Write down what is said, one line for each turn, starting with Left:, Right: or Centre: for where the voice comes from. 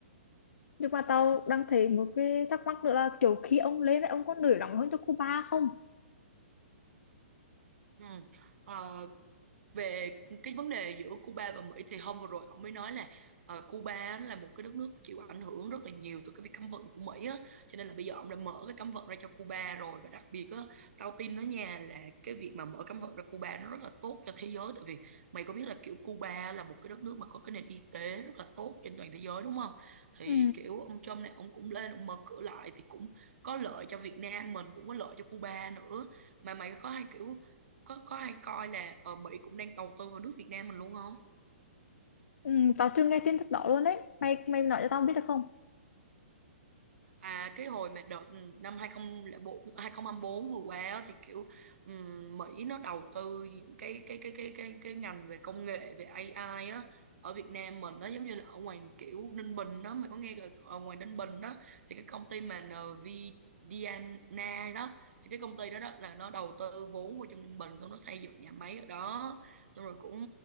Left: Nhưng mà tao đang thấy một cái thắc mắc nữa là kiểu khi ông lên ấy, ông có nổi nóng hơn cho Cuba không?
Right: ừ. Ờ, về cái vấn đề giữa Cuba và Mỹ thì hôm vừa rồi ông mới nói là ờ, Cuba á là một cái đất nước chịu ảnh hưởng rất là nhiều từ cái việc cấm vận của Mỹ á cho nên là bây giờ ông đã mở cái cấm vận ra cho Cuba rồi và đặc biệt á tao tin đó nha là cái việc mà mở cấm vận ra Cuba nó rất là tốt cho thế giới tại vì mày có biết là kiểu Cuba là một cái đất nước mà có cái nền y tế rất là tốt trên toàn thế giới đúng không thì
Left: Ừ.
Right: kiểu ông Trump này ông cũng lên ông mở cửa lại thì cũng có lợi cho Việt Nam mình cũng có lợi cho Cuba nữa mà mày có hay kiểu có có hay coi là ở Mỹ cũng đang đầu tư vào nước Việt Nam mình luôn không
Left: Ừ, tao chưa nghe tin tức đó luôn đấy. Mày mày nói cho tao biết được không?
Right: À cái hồi mà đợt ừ, năm hai không không bốn hai không hai bốn vừa qua á, thì kiểu ừm, Mỹ nó đầu tư những cái cái cái cái cái cái ngành về công nghệ về AI á ở Việt Nam mình nó giống như là ở ngoài kiểu Ninh Bình đó mày có nghe là ở ngoài Ninh Bình đó thì cái công ty mà nvidia đó thì cái công ty đó, đó là nó đầu tư vốn vô trong Ninh Bình xong nó xây dựng nhà máy ở đó xong rồi cũng